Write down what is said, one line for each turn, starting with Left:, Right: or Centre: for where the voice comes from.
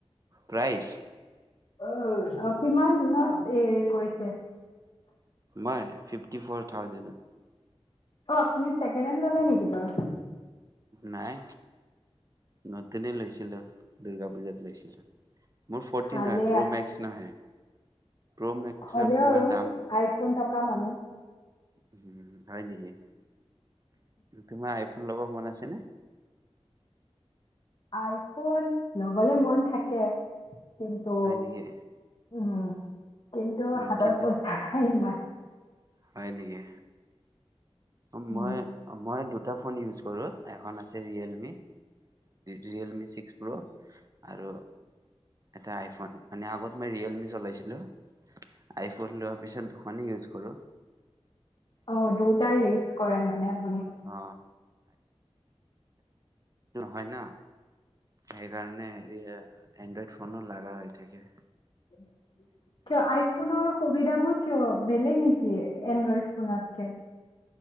Right: প্ৰাইছ?
Left: অ অ' কিমান ন এ কৈছে।
Right: নাই, ফিফটি ফৰ থাউজেণ্ডৰ।
Left: অ', ‌ আপুনি ছেকেণ্ড হেণ্ড ল'লে নেকি বাৰু?
Right: নাই। নতুনেই লৈছিলো। দুৰ্গা পূজাত লৈছিলো। মোৰ ফৰ্টিন
Left: ভালে
Right: হয়, প্ৰ মেক্স নহয়। প্ৰ' মেক্সত
Left: হ'লেও
Right: তোমাৰ
Left: আৰু
Right: দাম
Left: আইফোন থকা মানুহ
Right: উম, হয় নেকি? তোমাৰ আই ফোন ল'ব মন আছে নে?
Left: আইফোন ল'বলৈ মন থাকে কিন্তু
Right: হয় নেকি?
Left: উম, কিন্তু
Right: উম,
Left: হাতত
Right: কিন্তু
Left: পইচা নাই ইমান।
Right: হয় নেকি, অ,
Left: উম
Right: মই, মই দুট দুটা ফোন ইউজ কৰোঁ, এখন আছ হেৰি ৰিয়েলমি। ৰিয়েলমি ছিক্স প্ৰ' আৰু এটা আইফোন মানে আগত মই ৰিয়েলমি চলাইছিলো। আইফোন লোৱাৰ পিছত দুখনে ইউজ কৰো।
Left: অ দুটাই ইউজ কৰে মানে আপুনি।
Right: অ', হয় ন সেইকাৰণে এই এনড্ৰইড ফোনো লাগা হয়। তাকে।
Left: কিয় আইফোনৰ সুবিধাবোৰ। কিয় বেলেগ নেকি এণ্ড্ৰইড ফোনতকে।